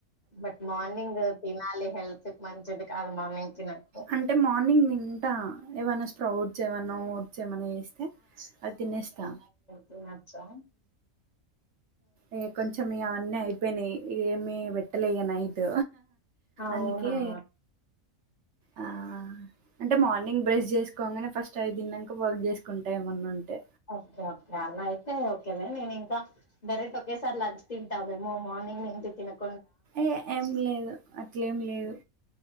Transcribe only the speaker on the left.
బట్ మార్నింగ్ తినాలి. హెల్త్ కి మంచిదికాదు. మార్నింగ్ తినాకపోతే
తినచ్చా
అవునా
ఓకే ఓకే అలా అయితే ఓకేనే నేనీ ఇంకా డైరెక్ట్ ఒకే సార్ లంచ్ తింటావేమోల్ మార్నింగ్ నుంచి తినకుండా